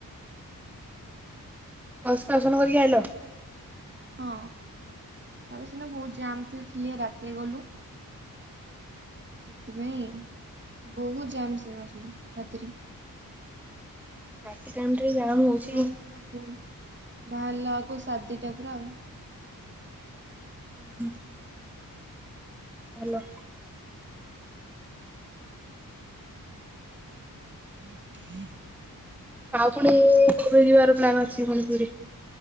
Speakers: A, in the centre; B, on the right.
A: ଅସନାସନ କରିକି ଆଲ <unintelligible>
B: ହଁ ତାର ସିନା ବହୁତ ଜାମ୍ ଥିଲା ରାତିରେ ଗଲୁ ସେଥିପାଇଁ ବହୁତ ଜାମ ରାତିରେ
A: ରାତି ଟାଇମ ରେ ଜାମ୍
B: ସଖାଳୁ
A: ହଉଛି
B: ପୂରା ଭୋରୁ ବାହାରିଲା କୁ ସା ଦିଟା ପୁରା ଆଉ।
A: ଓ ହୋ। ଆଲୋ
B: ି <unintelligible>
A: ଆଉ ପୁଣି କେବେ ଯିବାର ପ୍ଲାନ୍ ଅଛି ପୁଣି ପୁରୀ?